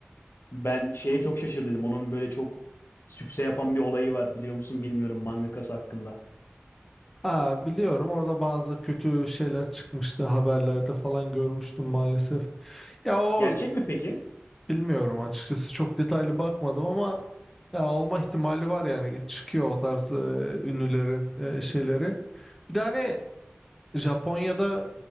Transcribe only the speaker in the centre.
Ha biliyorum orada bazı kötü şeyler çıkmıştı haberlerde falan görmüştüm maalesef. Ya o
Bilmiyorum açıkçası çok detaylı bakmadım ama ya olma ihtimali var yani çıkıyor o tarz e, ünlülerin e, şeyleri. Bir de hani Japonya'da